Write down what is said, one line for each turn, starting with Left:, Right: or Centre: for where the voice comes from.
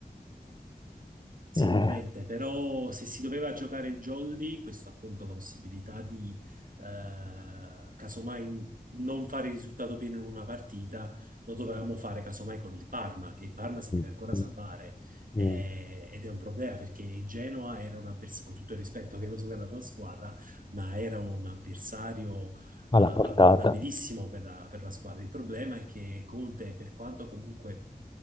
Left: Eh,
Right: Sicuramente, però se si doveva giocare il jolly, questo appunto la possibilità di eh, casomai non fare il risultato pieno in una partita, lo dovevamo fare casomai con il Parma, che il Parma si
Left: mm,
Right: deve ancora
Left: mm,
Right: salvare eh,
Left: mm,
Right: ed è un problema perché il Genoa era un avversario, con tutto il rispetto che lo so che è la tua squadra, ma era un avversario eh, abbordabilissimo
Left: alla portata.
Right: per la per la squadra. Il problema è che Conte, per quanto comunque